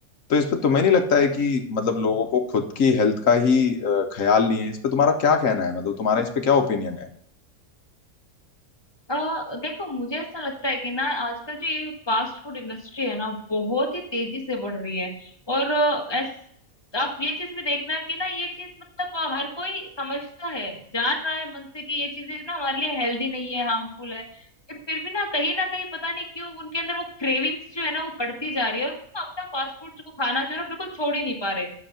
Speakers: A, on the left (about 65°); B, on the left (about 20°).
A: तो इस पे तुम्हें नहीं लगता है कि मतलब लोगों को खुद की हेल्थ का ही अ, ख्याल नहीं है इस पे तुम्हारा क्या कहना है मतलब तुम्हारा इस पे क्या ओपिनियन है
B: अ देखो मुझे ऐसा लगता है कि ना आजकल जो ये फास्ट फूड इंडस्ट्री है ना बहुत ही तेजी से बढ़ रही है और अ, ऐस, आप ये चीज भी देखना कि ना ये चीज मतलब अ, हर कोई समझता है जान रहा है मन से कि ये चीजें ना हमारे लिए हेल्दी नहीं है हार्मफुल है लेकिन फिर भी ना कहीं ना कहीं पता नहीं क्यों उनके अंदर वो क्रेविंग्स जो है ना वो बढ़ती जा रही है और वो ना अपना फास्ट फूड को खाना जो है ना बिल्कुल छोड़ ही नहीं पा रहे